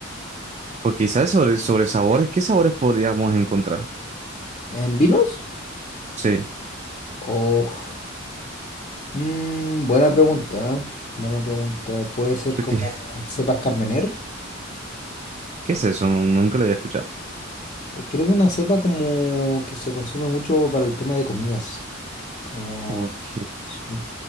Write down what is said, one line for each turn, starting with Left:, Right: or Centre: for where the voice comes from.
Right: O quizás sobre, sobre sabores, ¿qué sabores podríamos encontrar?
Left: ¿En vinos?
Right: Sí,
Left: Oh, mm, buena pregunta, ¿eh? Buena pregunta. Puede ser
Right: porque-
Left: como cepas Carmener.
Right: ¿qué es eso? No- Nunca lo había escuchado.
Left: Eh, Creo que una cepa como que se consume mucho para el tema de comidas. Como,
Right: Ok.
Left: sí,